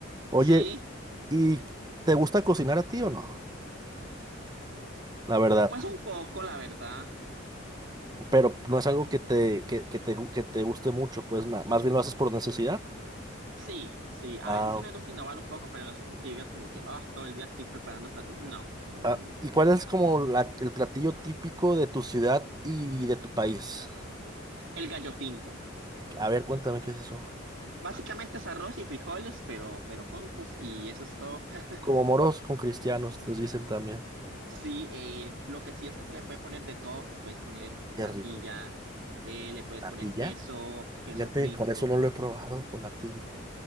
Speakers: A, on the right (about 20°); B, on the right (about 65°).
A: Oye,
B: sí,
A: ¿Y te gusta cocinar a ti o no? La verdad,
B: pues un poco, la verdad.
A: pero no es algo que te, que, que te, gu- que te guste mucho, pues ma- más bien lo haces por necesidad.
B: Sí, sí, a
A: Ah,
B: veces sí
A: ok.
B: me gusta innovar un poco, pero no es como que digas como que, ah, todo el día estoy preparando platillos. No, no,
A: Ah,
B: no, no,
A: ¿y cuál
B: no.
A: es
B: no.
A: como la- el platillo típico de tu ciudad y de tu país?
B: El gallo pinto.
A: A ver, cuéntame qué es eso.
B: Básicamente es arroz y frijoles, pero, pero juntos y eso es todo. <laughs>
A: Como moros con cristianos, les dicen también.
B: Sí, eh, lo que sí es que se le puede poner de todo. Le puedes poner
A: Qué
B: natilla,
A: rico.
B: eh, le puedes
A: ¿Natilla?
B: poner queso, queso
A: Fíjate,
B: frito.
A: con eso no lo he probado, con natilla.